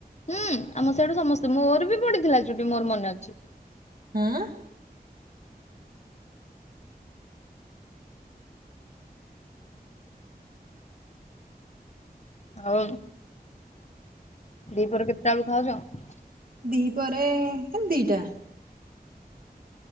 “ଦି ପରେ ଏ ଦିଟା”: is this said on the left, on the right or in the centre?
Right